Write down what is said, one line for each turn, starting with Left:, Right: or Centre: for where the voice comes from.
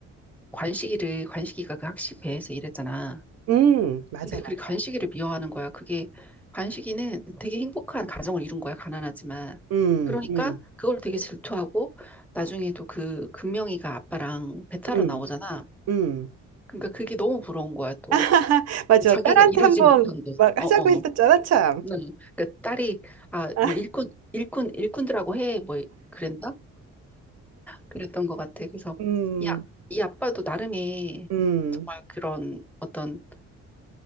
Centre: 관식이를, 관식이가 그 학시 배에서 일했잖아.
Right: 음, 맞아,
Centre: 근데
Right: 맞아.
Centre: 그 관식이를 미워하는 거야. 그게, 관식이는 되게 행복한 가정을 이룬 거야. 가난하지만.
Right: 음,
Centre: 그러니까
Right: 음,
Centre: 그걸 되게 질투하고 나중에도 그 금명이가 아빠랑 배 타러
Right: 음.
Centre: 나오잖아.
Right: 음.
Centre: 그러니까 그게 너무 부러운 거야, 또.
Right: <laughs> 맞아.
Centre: 자기가
Right: 딸한테
Centre: 이루지
Right: 한번
Centre: 못한 게.
Right: 막
Centre: 어,
Right: 하자고
Centre: 어.
Right: 했었잖아, 참.
Centre: 응. 그러니까 딸이, 아,
Right: <laughs>
Centre: 뭐 일꾼, 일꾼, 일꾼들하고 해. 뭐 그랬나? 그랬던 것 같아. 그래서
Right: 음,
Centre: 이, 아, 이 아빠도 나름의
Right: 음.
Centre: 정말 그런 어떤